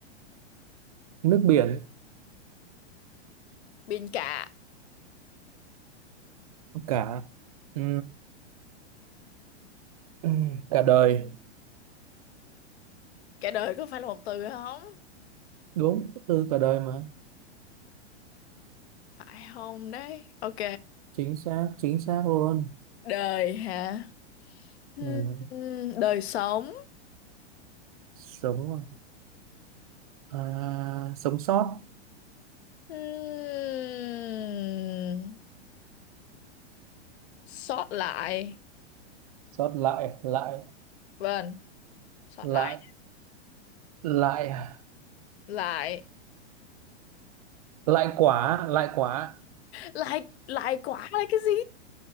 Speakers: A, on the right; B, on the left.
A: nước biển
B: biển cả
A: cả ừ, Ừ, cả đời
B: cả đời có phải là một từ không
A: đúng từ cả đời mà
B: phải không đấy ok
A: chính xác chính xác luôn
B: đời hả Hmm,
A: ừ.
B: đời sống
A: sống à, À, sống sót
B: Hmm, sót lại
A: sót lại lại
B: vâng sót
A: lại
B: lại
A: lại
B: lại
A: lại quả lại quả
B: lại lại quả là cái gì